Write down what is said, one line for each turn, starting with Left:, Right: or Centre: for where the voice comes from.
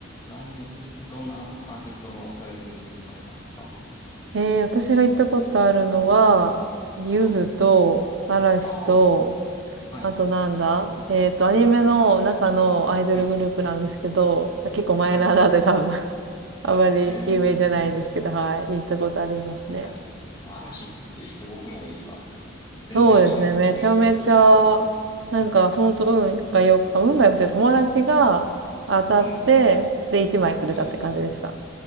Left: ライブ、どんなアーティストのライブ行かれたんですか
Right: えー、私が行ったことあるのは、ゆずと、
Left: はい。
Right: 嵐と、
Left: ああ、はい、
Right: あとなんだえっと、アニメの中のアイドルグループなんですけど、
Left: はい、
Right: 結構マイナーなんで多分。
Left: はい。
Right: あまり有名じゃないんですけど、
Left: ええ
Right: はい。行ったことありますね。
Left: いや、でも嵐ってすごくないですか
Right: そうですね。
Left: 全然チケット取れないって聞きます。
Right: めちゃめちゃ、なんか、本当運がよ、あ、運が良くて友達が当たって、
Left: う
Right: で、1枚くれたって感じでした。
Left: ん。ええ